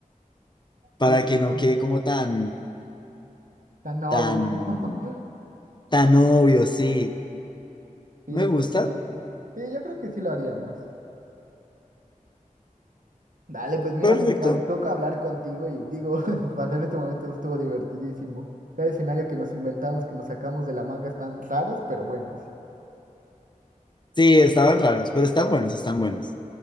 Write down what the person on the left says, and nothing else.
para
que no quede como tan.
tan,
tan obvio, sí.
Me gusta.
Perfecto.
Sí, estaban raros, pero están buenos, están buenos.